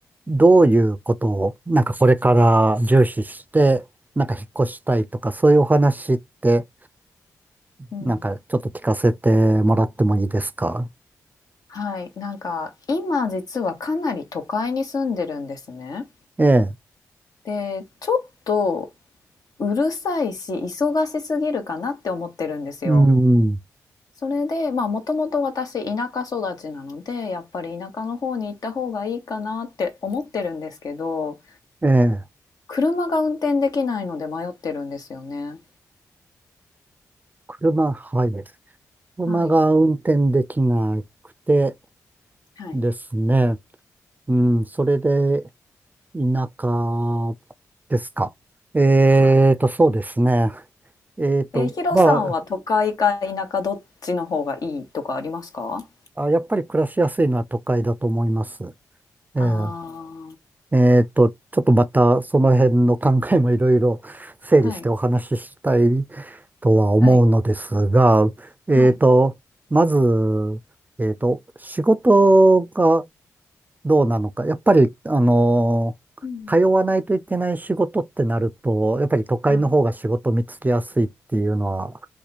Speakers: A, on the right (about 25°); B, on the left (about 60°).
A: どういうことを、なんかこれから重視して、なんか引っ越したいとか、そういうお話って、
B: うん。
A: なんかちょっと聞かせてもらってもいいですか。
B: はい。なんか、今実はかなり都会に住んでるんですね。
A: ええ、
B: で、ちょっとうるさいし、忙しすぎるかなって思ってるんですよ。
A: うん、
B: それで、まあ、もともと私、田舎育ちなので、やっぱり田舎の方に行った方がいいかなって思ってるんですけど、
A: ええ、
B: 車が運転できないので迷ってるんですよね。
A: 車、はい。車が運転できなくて
B: はい。はい。
A: ですね。うん、それで田舎ですか。えーと、
B: はい。
A: そうですね。えーと、
B: え、ヒロさんは都会か田舎どっちの方がいいとかありますか？
A: まあ、あ、やっぱり暮らしやすいのは都会だと思います。えー、
B: あ
A: えーと、ちょっとまたその辺の考えもいろいろ整理してお話ししたい
B: あ、はい、
A: とは思うのですが、
B: はい、
A: えーと、
B: はい。
A: まず、えーと、仕事がどうなのか。やっぱり、あのー通わないといけない仕事ってなると、
B: うん、
A: やっぱり都会の方が仕事見つけやすいっていうのは、
B: は